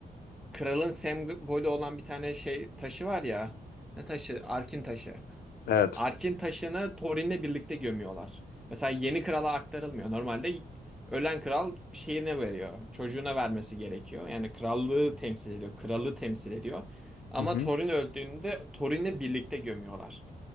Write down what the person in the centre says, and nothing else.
kralın sembolü olan bir tane şey taşı var ya. Ne taşı? Arkin taşı.
Ark'in taşını Thorin'le birlikte gömüyorlar. Mesela yeni krala aktarılmıyor. Normalde ölen kral şeyine veriyor. Çocuğuna vermesi gerekiyor. Yani krallığı temsil ediyor. Kralı temsil ediyor. Ama
Thorin öldüğünde Thorin'le birlikte gömüyorlar.